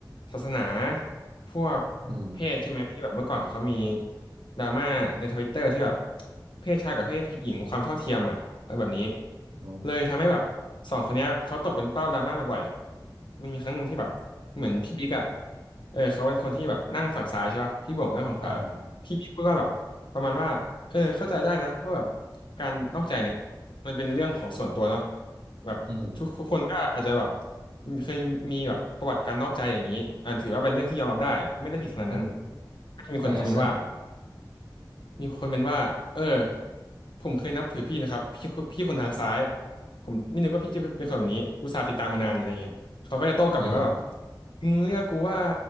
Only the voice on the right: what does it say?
อืม
อืม
อ่า
อืม
อืม
ใช่ใช่
อืม